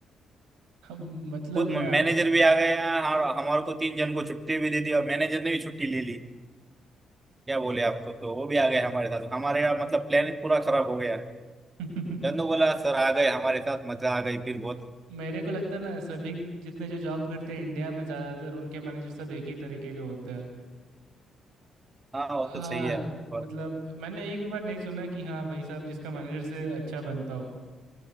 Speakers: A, on the right; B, on the right.
A: <laughs> मतलब
B: खुद
A: ना
B: मैनेजर भी आ गया और हमारे को तीन जन को छुट्टी भी दे दी और मैनेजर ने भी छुट्टी ले ली क्या बोले आपको तो तो वो भी आ गए हमारे साथ हमारे यहाँ मतलब प्लान पूरा खराब हो गया
A: <laughs>
B: जन्नू बोला सर आ गए हमारे साथ मजा आ गई फिर बहुत
A: मेरे को लगता है ना सभी जितने जो जॉब करते हैं इंडिया में ज़्यादातर उनके मैनेजर सब एक ही तरीके के होते हैं
B: हाँ वो
A: हाँ
B: तो सही है बहुत
A: मतलब मैंने एक भी बार नहीं सुना कि हाँ भाई साहब जिसका मैनेजर से अच्छा बनता हो